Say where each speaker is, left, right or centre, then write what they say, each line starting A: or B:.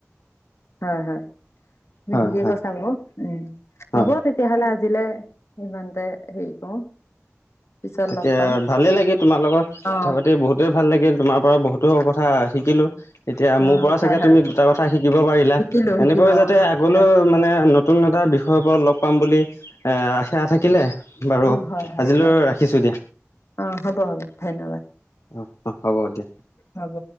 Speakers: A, on the left (about 65°); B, on the left (about 85°).
A: হয় হয়, তুমি
B: হয়
A: ঠিকে
B: হয়
A: কৈছা উম।
B: হয়।
A: হ'ব তেতিয়াহ'লে আজিলে ইমানতে হেৰি কৰো। পিছত
B: তাকে
A: লগ পাম
B: ভালেই লাগিল তোমাৰ লগত
A: অ অ
B: কথা পাতি বহুতেই ভাল লাগিল, তোমাৰ পৰা বহুতো কথা শিকিলোঁ। এতিয়া
A: হয়
B: মোৰ পৰা চাগে
A: হয়
B: তুমি দুটা কথা শিকিব পাৰিলা
A: শিকিলো শিকিলো
B: এনেকৈ যাতে
A: অ হয়
B: আগলৈও
A: হয়
B: মানে ন তুন এটা বিষয়ৰ ওপৰত লগ পাম বুলি আশা থাকিলে। বাৰু
A: অ হয় হয়
B: আজিলৈ
A: হয়
B: ৰা খিছো দিয়া।
A: অ হ'ব হ'ব ধন্যবাদ।
B: অঁ অঁ হ'ব দিয়া।
A: হ'ব।